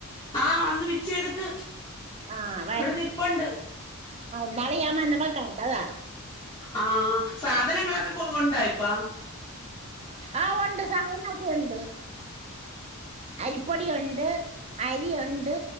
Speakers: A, on the left; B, on the right.
A: ആ വന്ന് പിച്ചി എട്ക്ക്
B: ആഹ്
A: ഇവിട നിപ്പുണ്ട്
B: ന്നാള് ഞാൻ വന്നപ്പോ കണ്ടതാ
A: ആഹ് സാധനങ്ങളൊക്കെ ക കൊണ്ട പ്പ
B: ആഹ് ഉണ്ട് സാധനൊക്കെ ഉണ്ട് അരിപ്പൊടിയുണ്ട് അരിയുണ്ട്